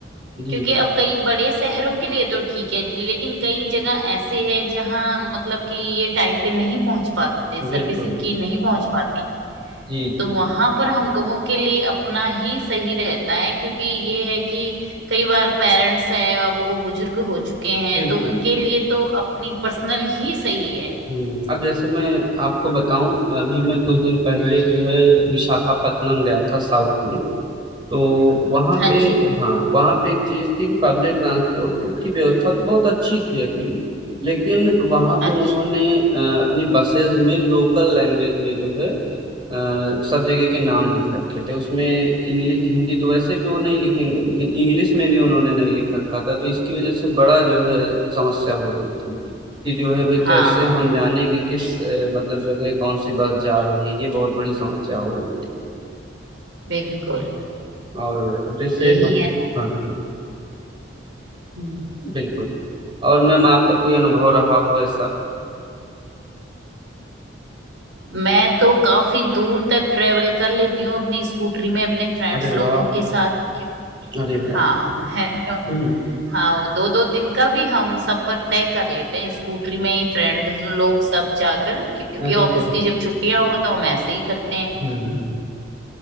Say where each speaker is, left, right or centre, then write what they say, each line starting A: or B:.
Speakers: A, on the right (about 25°); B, on the right (about 80°).
A: जी
B: क्योंकि अब कई बड़े शहरों के लिए तो ठीक है लेकिन कई जगह ऐसे है जहाँ मतलब कि ये टाइम पे नहीं पहुंच पाते सर्विस
A: बिल्कुल
B: इनकी नहीं पहुंच पाती
A: जी जी
B: तो वहां पर हम लोगों के लिए अपना ही सही रहता है क्योंकि ये है कि कई बार पेरेंट्स हैं और वो बुजुर्ग हो चुके हैं
A: बिल्कुल
B: तो उनके लिए तो अपनी पर्सनल ही सही है
A: हम्म, अब जैसे मैं आपको बताऊं अभी मैं कुछ दिन पहले जो है विशाखापत्तनम गया था साउथ में तो वहाँ
B: हाँ
A: पे
B: जी
A: हाँ वहाँ पे एक चीज थी कि पब्लिक ट्रांसपोर्ट की व्यवस्था तो बहुत अच्छी थी एक्चुअली लेकिन वहाँ
B: अच्छा
A: पे उन्होंने अ, अपनी बसेस में लोकल लैंग्वेज में जो है अ, सब जगह के नाम लिख रखे थे उसमें इंग्लिश हिंदी तो वैसे भी वो नहीं लिखेंगे लेकिन इंग्लिश में भी उन्होंने नहीं लिख रखा था तो इसकी वजह से बड़ा जो है समस्या हो रही थी कि जो है भाई
B: हाँ
A: कैसे हम जाने कि किस अ, मतलब जगह कौन सी बस जा रही है ये बहुत बड़ी समस्या हो रही थी
B: बिल्कुल
A: और अब जैसे
B: यही
A: हम
B: है ना
A: हाँ हाँ,
B: हम्म।
A: बिल्कुल और मैम आपका कोई अनुभव रहा हो ऐसा
B: मैं तो काफी दूर तक ट्रेवल कर लेती हूँ अपनी स्कूटरी में अपने फ्रेंड्स
A: अरे
B: लोगों
A: वाह
B: के साथ कि-
A: अरे वाह
B: हाँ <laughs> मैं तो
A: हम्म
B: हाँ दो दो दिन का भी हम सफर तय कर लेते हैं स्कूटरी में ही फ्रेंड्स लोग सब जाकर क्योंकि
A: अरे
B: ऑफिस
A: वाह
B: की जब छुट्टियां हो तो हम ऐसे ही करते हैं
A: हम्म हम्म,